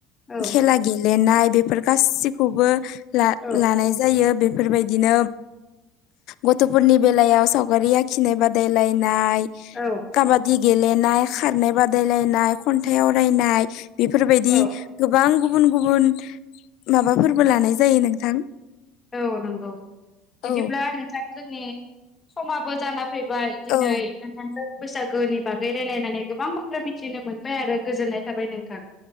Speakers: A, on the left (about 25°); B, on the left (about 65°).
A: औ
B: खेला गेलेनाय। बेफोर गासैखौबो ला‌‌
A: औ
B: लानाय जायो बे बेफोरबायदिनो गथ'फोरनि बेलायाव सावगारि आखिनाय बादायलायनाय
A: औ
B: काबादि गेलेनाय खारनाय बादायलायनाय खन्थाइ आवरायनाय बेफोरबायदि
A: औ
B: गोबां गुबुन गुबुन माबाफोरबो लानाय जायो नोंथां।
A: औ नंगौ बिदिब्ला
B: औ
A: नोंथां जोंनि समाबो जाना फैबाय दिनै
B: औ
A: नोंथांजों बैसागु गुनि बागै रायलायनानै गोबां बाथ्रा मिथिनो मोनबाय आरो गोजोननाय थाबाय नोंथां।